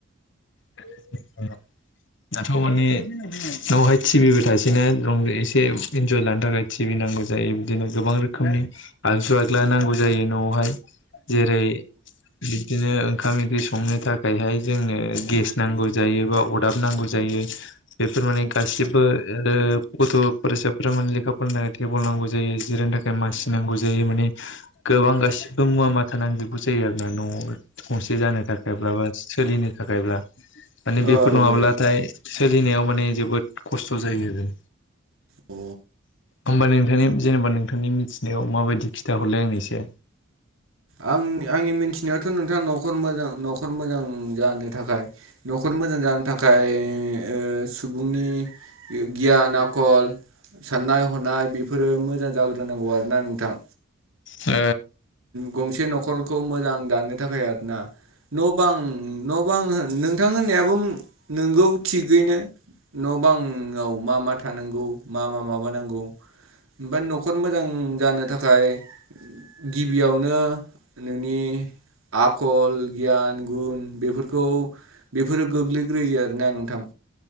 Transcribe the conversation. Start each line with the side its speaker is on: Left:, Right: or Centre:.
Left: <unintelligible> दाथ' माने न'आवहाय टिभिबो थासेैनो रंज एसे इन्जय लानो थाखाय टिभि नांगौ जायो बिदिनो गोबां रो खोमनि आगजु आगला नांगौ जायो न'आवहाय। जेरै बिदिनो ओं खाम ओंख्रि संनो थाखायहाय जोंनो गेस नांगौ जायो बा अदाब नांगौ जायो। बेफोर माने गासिबो ओदो गथ' फरायसाफोरा माने लेखा फरायनो थाखाय टेबोल नांगौ जायो जिरायनो थाखाय मासि नांगौ जायो माने। गोबां गासिबो मुवा माथा नांजुबगौ जायो आरोना न'आव। गंसे जानो थाखायब्ला बा सोलिनो थाखायब्ला माने बेफोर
Right: औ
Left: नङाब्लाथाय
Right: औ
Left: सोलिनायाव माने जोबोद खस्थ' जायो आरो।
Right: अ
Left: होमबा नोंथांनि जेनेबा नोंथांनि मिथिनायाव माबायदि खिथा हरलाय आंनो इसे।
Right: आं आंनि मिथिनायावथ' नोंथाङा न'खर मोजां न'खर मोजां जानो थाखाय न'खर मोजां जानो थाखाय ओ सुबुंनि गि-गियान आखल साननाय हनाय बेफोरो मोजां जाग्रोनांगौ आरोना नोंथां।
Left: ओ
Right: गंसे न'खरखौ मोजां दानो थाखाय आरोना। न' बां न' बां होन नोंथां होननायाबो नोंगौ थिगैनो न' बांआव मा मा थानांगौ मा मा माबानांगौ? ओमफाय न'खर मोजां जानो थाखाय गिबियावनो नोंनि आखल, गियान, गुन बेफोरखौ बेफोरो गोग्लैग्रोयो आरोना नोंथां।